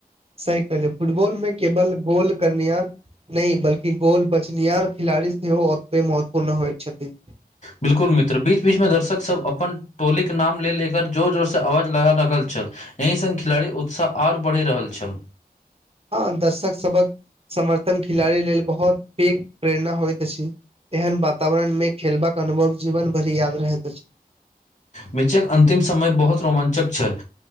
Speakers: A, on the right; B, on the left.
A: सही कहलिए फुटबॉल में केवल गोल कर निहार। नहि बल्कि गोल बचनि हार खिलाड़ी सेहो उतबे महत्वपूर्ण होइत छथि।
B: बिल्कुल मित्र बीच बीचमे दर्शक सब अपन। टोलीक नाम ले ले कर जोर जोरसँ आवाज लगा रहल छल। एहि सङ्ग खेलाड़ी उत्साह आओर बढ़ि रहल छल।
A: हँ दर्शक सब हक। समर्थन खिलाड़ी लेल बहुत पैघ प्रेरणा होइत अछि। एहन वातावरण में खेलबाक अनुभव जीवन भरि याद रहैत अछि।
B: मेचक अन्तिम समय बहुत रोमाञ्चक छल।